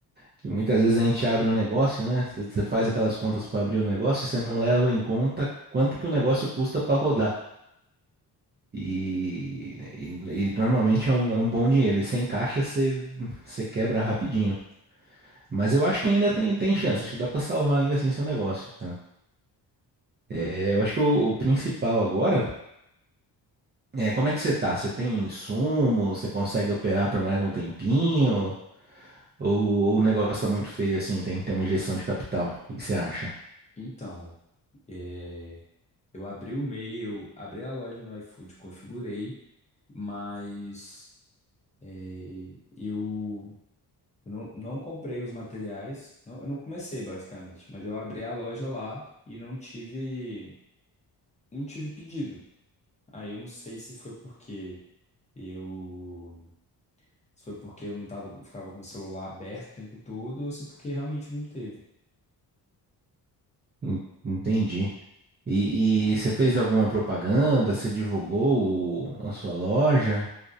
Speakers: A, on the right; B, on the left.
A: Que muitas vezes a gente abre um negócio, né? Você você faz aquelas contas para abrir o negócio e você não leva em conta quanto que o negócio custa para rodar. E, e, e normalmente é um, é um bom dinheiro. E sem caixa você, você quebra rapidinho. Mas eu acho que ainda tem, tem chance, acho que dá pra salvar ainda assim seu negócio, cara. É, eu acho que o, o principal agora é como é que você tá? Você tem insumo? Você consegue operar por mais um tempinho? Ou, ou o negócio tá muito feio assim, tem que ter uma injeção de capital? O que que você acha?
B: Então, é, eu abri o e-mail, abri a loja no iFood, configurei, mas é, eu não, não comprei os materiais, não- eu não comecei basicamente, mas eu abri a loja lá e não tive, não tive pedido. Aí eu não sei se foi porque eu, se foi porque eu não tava, ficava com o celular aberto o tempo todo ou se porque realmente não teve.
A: En- Entendi. E, e você fez alguma propaganda? Você divulgou o- a sua loja?